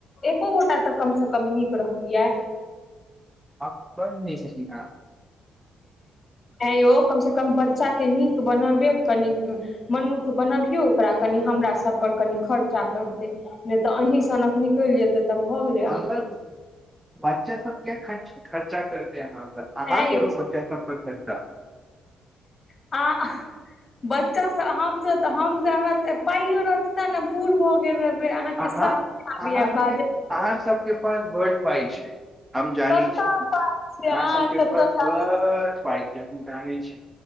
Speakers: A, on the left; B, in the centre.
A: एको गोटा तऽ कमसँ कम नीक रहतियै
B: आ बढ़ नहि सी
A: आइ यौ कम से कम बच्चा के नीक बनबे कनि मनुख बनबियौ ओकरा कनि हमरा सभ पर कनि खर्चा कर नहि तऽ अही सनकऽ निकलि जेते तब भऽ गेले
B: अमर बच्चे सभके खर्चा करते यहार आ
A: ऐं
B: करू
A: यौ
B: बच्चा पै्च
A: आ। बच्चा हम हमरा पाइयो रहते ने पूर भऽ गेल रहे अहाँकेँ
B: अहाँ
A: सभ आब
B: अहाँके
A: ब
B: अहाँ सभके पास बड़ पाइ छै आ जान
A: कतऽ
B: छी खासा
A: पाइ छै अहाँ
B: पाइ
A: कतऽ
B: सँ
A: जानै
B: पाय छै हम जी छी